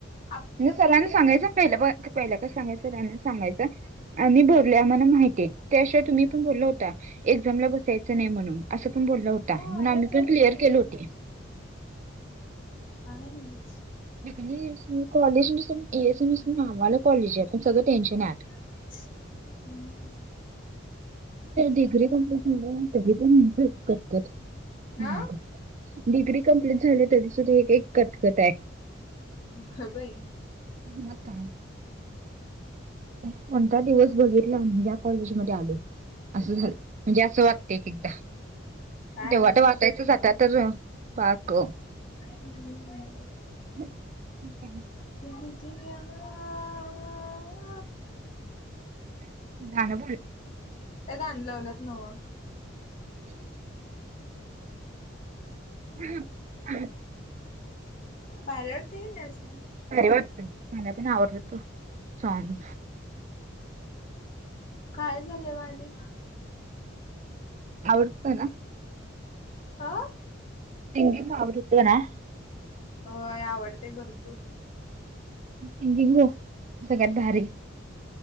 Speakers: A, on the left; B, on the right.
A: आपलं
B: म सरांना
A: पेजच
B: सांगायचं पहिलं ब पहिलं काय सांगायचं सरांना सांगायचं. आम्ही बोलले आम्हाला माहिती त्याशिवाय तुम्ही पण बोलला होता एक्झामला बसायचा नाही म्हणून असं पण बोलला होता
A: होय
B: म्हणून आम्ही
A: तेच
B: पण क्लिअर
A: की
B: केले होती.
A: आहे notes
B: <unintelligible> college <unintelligible> S N S नावाला कॉलेज आहे पण सगळं टेन्शन आहे.
A: हम्म.
B: डिग्री कंप्लीट झालं तरी पण म्हणते कतकत
A: हा
B: मागं डिग्री कंप्लीट झाली तरी सुद्धां हे कांहीं कटंकटं आहे.
A: हं बाई
B: मं कां कोणंता दिवसं बघितलांम यां कॉलेज मध्यें आलो. असं झालं म्हणजे असं वागते एक एकदां
A: काय
B: तेव्हांट
A: करायचं.
B: वाटायचं आंता तरं बांग
A: <unintelligible>
B: हं हं
A: दिलं दि आं आं
B: जाणं बोलं
A: ते गाणं लावलंत नवं
B: हम्मं
A: बाहेरवरं तेईलं असं
B: वाटतं मलां पणं आवडततो सॉंग
A: कायं झालं वां आणि
B: आवडतं नां
A: हां
B: तिंग कावंत नां
A: होयं आवडते भरंपूर
B: हो सगळ्यांत भारी